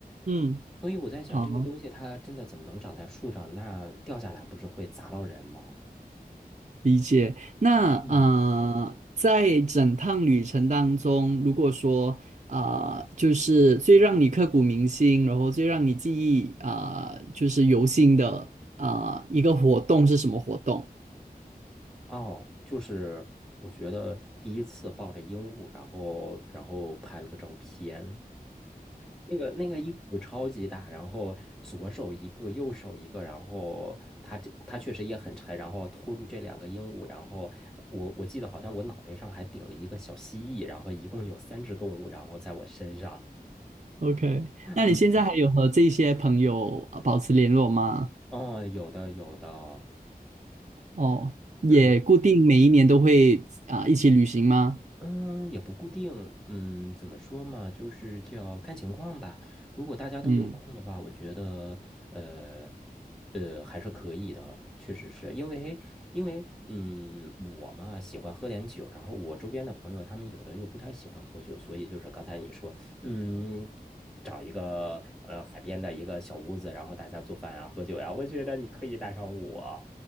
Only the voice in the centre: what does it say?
所以我在想，
这个东西它真的怎么能长在树上？那掉下来不是会砸到人吗？
嗯
哦，就是我觉得第一次抱着鹦鹉，然后然后拍了个照片，那个那个鹦鹉超级大，然后左手一个，右手一个，然后它这它确实也很沉，然后拖住这两个鹦鹉，然后我我记得好像我脑袋上还顶了一个小蜥蜴，然后一共有三只动物，然后在我身上，
嗯，
哦，有的有的，
嗯。
嗯，也不固定，嗯，怎么说嘛，就是叫看情况吧。如果大家都有空的话，
我觉得，呃，呃，还是可以的，确实是因为，因为，嗯，我嘛喜欢喝点酒，然后我周边的朋友他们有的又不太喜欢喝酒，所以就是刚才你说，嗯，找一个呃海边的一个小屋子，然后大家做饭啊，喝酒呀，我觉得你可以带上我，